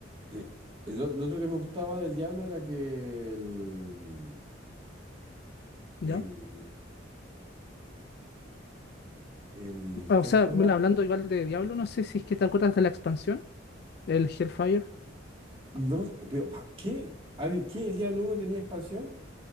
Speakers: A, on the right; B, on the left.
A: eh, lo, lo otro que me gustaba del Diablo era que el,
B: ya.
A: el, el-
B: O
A: ¿cómo
B: sea,
A: se
B: mira,
A: llama?
B: hablando igual de Diablo, no sé si es que te acuerdas de la expansión, el Hellfire.
A: No, pero ¿para qué? A ver, ¿Qué? ¿El Diablo uno tenía expansión?